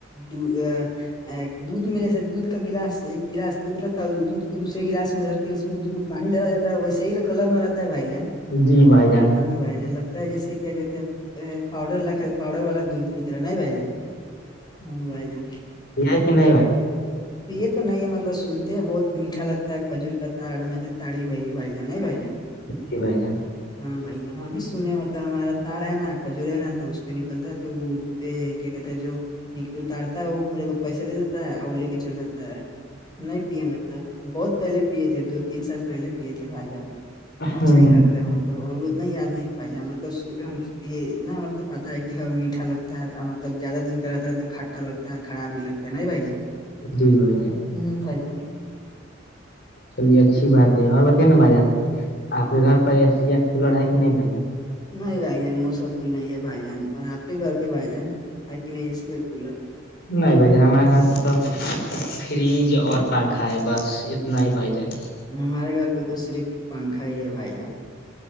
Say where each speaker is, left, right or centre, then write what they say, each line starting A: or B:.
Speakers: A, on the left; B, on the left.
A: دو ا ایک دودھ میں جیس دودھ کا گلاس ایک گلاس دودھ رہکھتا ہے دودھ کو دوسے گلاس میں دھر کے اس میں دودھ پانی ڈا جاتا ہے ویے سیل کلر میں رہتا ہے بھائی جان
B: جی بھائی جان
A: ہاں بھائی جان لگتا ہے جیسے کیا کہتے ہیں پاؤڈر وال پاؤڈر والا دودھ کی طرح نہیں بھ جان ہاں بھ جان
B: یہ کہ نہیں ب
A: پ یہ تو نہیں ہے مطلب سنتے ہیں بہت میٹا لگتا ہے کھجور کا تا تڑی بھائی بھائی نہیں بھائی
B: جی بھائی جان
A: ہاں بھائی جان ہم بھی سنے مطلب ہمارا تاڑ ہے نا کھجور ہے نا تو اس پہ نکلتا ہے تو وہ یہ کیا کہتے ہیں جو اتارتا ہے وہ میرے کو پیسہ دے دیتا ہے اور لے کے چل جاتتا ہے نہیں پیا مطلب بہت پہلے پیے تھے دو تین سال پہلے پیے تھے بھائی جان اچھا
B: ہ
A: ہی لگ مطلب ابھی اتنا ہی یاد نہیں پائے مطلب یہ اتنا مطلب پتا ہے کہ ہ میٹھا لگتا ہے جب زیادہ دن کا رہتا توب کھٹا لگتا ہے اور خراب بھی لگتا ہے نہیں بھائی جان
B: جی بھا ی جن
A: ہوں بائی جان
B: چلیے اچھی بات ہے اور بتا نا بھائی جان آپ کے گھر پر اے سی یا کولر ہے کہ نہیں بھائی جان
A: نہیں بھائی جان وہ سب تو نہیں ہے بھائی جان اور آپ کے گھر پہ بھائی جان ہیکن میں اے سی اور کولر
B: نہیں بھ جن ہمارے گھر پہ تو فریج اور پنکھا ہے بس اتنا ہی بائی جائے گا
A: ہمارے گھر پہ تو صرف پنکھا ہی ہے بھائی جان